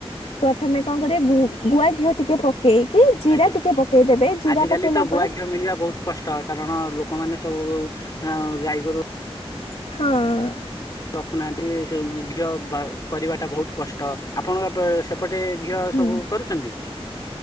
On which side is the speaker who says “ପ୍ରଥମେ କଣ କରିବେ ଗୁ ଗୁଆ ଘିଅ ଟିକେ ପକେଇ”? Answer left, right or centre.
Left